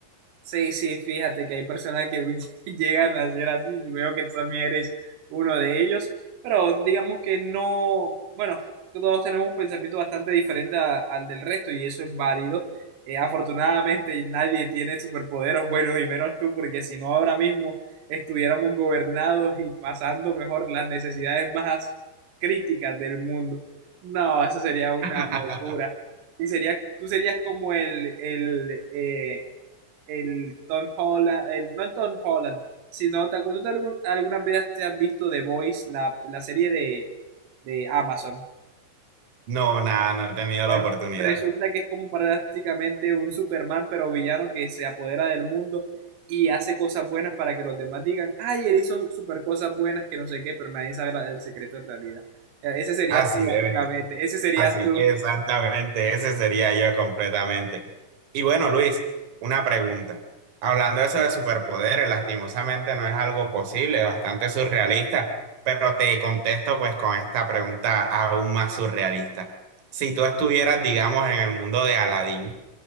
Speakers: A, on the right; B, on the right.
A: Sí, sí, fíjate que hay personas que <laughs> llegan a ser así. y veo que tú también eres uno de ellos, pero digamos que no, bueno, todos tenemos un pensamiento bastante diferente a- al del resto y eso es válido. Eh, afortunadamente nadie tiene superpoderes buenos y menos tú, porque si no ahora mismo estuviéramos gobernados y pasando mejor las necesidades más críticas del mundo. No, eso sería una
B: <laughs>
A: locura. Y sería, tú serías como el, el, eh, el Tom Holland, el, no Tom Holland, sino ¿te acuerdas de algún- algunas veces te has visto The Voice, la, la serie de, de Amazon?
B: No, nada, no he tenido
A: Bueno,
B: la oportunidad.
A: resulta que es como prácticamente un Superman, pero villano que se apodera del mundo y hace cosas buenas para que los demás digan, ay, él hizo super cosas buenas que no sé qué, pero nadie sabe la- el secreto en realidad. Eh, Ese serías
B: Así
A: tú,
B: debe.
A: básicamente. Ese serías
B: Así,
A: tú.
B: exactamente, ese sería yo completamente. Y bueno, Luis, una pregunta. Hablando de eso de superpoderes, lastimosamente no es algo posible, bastante surrealista, pero te contesto pues con esta pregunta aún más surrealista. Si tú estuvieras, digamos, en el mundo de Aladín